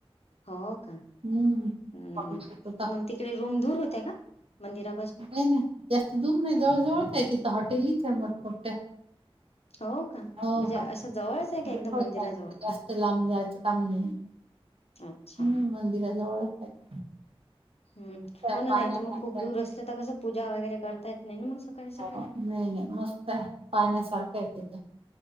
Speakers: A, on the left (about 85°); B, on the right (about 70°).
A: हो का?
B: हम्म
A: हम्म,
B: पाऊस येत होता
A: मग तिकडे रूम दूर होत्या का? मंदिरा
B: नाही नाही, जास्त दूर नाही जवळ जवळच आहे तिथं हॉटेलीच आहे मोठमोठ्या.
A: हो का
B: हो
A: म्हणजे
B: हा,
A: असं जवळच आहे का
B: जवळच
A: एकदम मंदिराजवळ
B: हाय, जास्त लांब जायचं काम नाही.
A: अच्छा
B: हम्म मंदिराजवळच आहे.
A: हम्म,
B: काय
A: हो ना
B: पाहण्यासारखं
A: नाही तर मग खूप
B: आहे.
A: दूर असले तर कसं पूजा वगैरे करता येत नाही ना मग. सकाळी सकाळी
B: हो, नाही नाही मस्त आहे पाहण्यासारखं हाय ते.